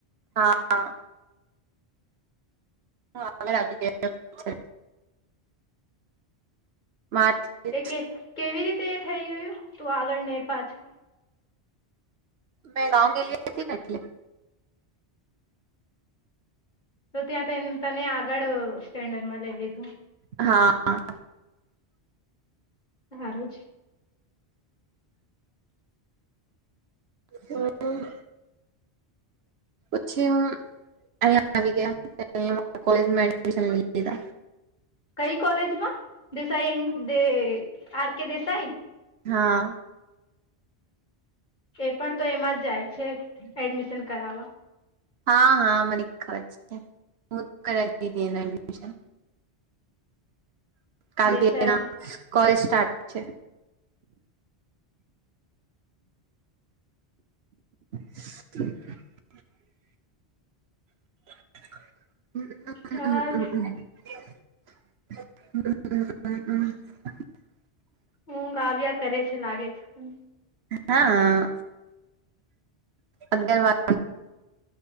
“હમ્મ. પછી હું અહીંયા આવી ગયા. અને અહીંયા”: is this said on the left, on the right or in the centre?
Right